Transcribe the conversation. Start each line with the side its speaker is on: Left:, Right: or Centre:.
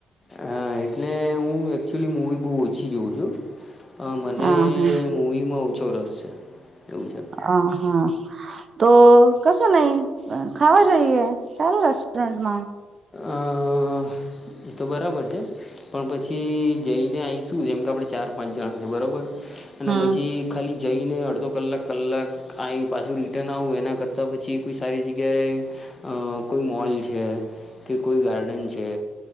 Left: હા એટલે હું એકચુલી મૂવી બહુ ઓછી જોઉં છું. બીજું મને
Right: હા હા
Left: મૂવીમાં ઓછો રસ છે. એવું છે.
Right: અ હા. તો કશું નહી ખાવા જઈએ ચાલો રેસ્ટોરન્ટમાં.
Left: અ એ તો બરાબર છે. પણ પછી જઈને આવીશું જેમ કે આપણે ચાર પાંચ જણા છે, બરોબર. અને
Right: હમ
Left: પછી ખાલી. જઈને અડધો કલાક કલાક અહીં પાછું રિટર્ન આવું એના કરતાં પછી કોઈ સારી જગ્યાએ. અ કોઈ મોલ છે, કે કોઈ ગાર્ડન છે.